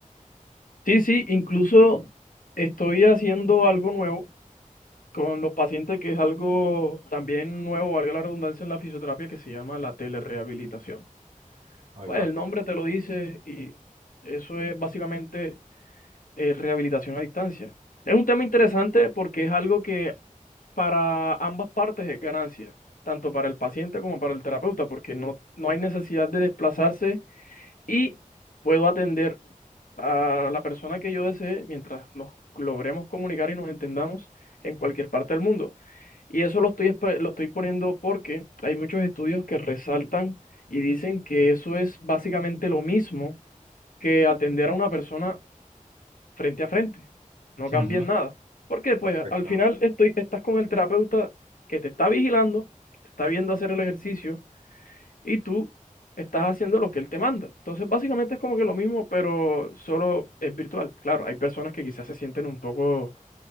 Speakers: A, on the left; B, on the right.
A: Sí, sí, incluso estoy haciendo algo nuevo con los pacientes que es algo también nuevo, valga la redundancia, en la fisioterapia que se llama la telerehabilitación.
B: Ahí
A: Pues
B: va.
A: el nombre te lo dice y eso es básicamente eh, rehabilitación a distancia. Es un tema interesante porque es algo que para ambas partes es ganancia, tanto para el paciente como para el terapeuta, porque no, no hay necesidad de desplazarse y puedo atender a la persona que yo desee mientras nos logremos comunicar y nos entendamos en cualquier parte del mundo. Y eso lo estoy, espe- lo estoy poniendo porque hay muchos estudios que resaltan y dicen que eso es básicamente lo mismo que atender a una persona frente a frente. No cambia
B: Ujú.
A: en nada. Porque pues
B: Perfecto.
A: al final estoy, estás con el terapeuta que te está vigilando, que te está viendo hacer el ejercicio y tú estás haciendo lo que él te manda. Entonces básicamente es como que lo mismo, pero solo es virtual. Claro, hay personas que quizás se sienten un poco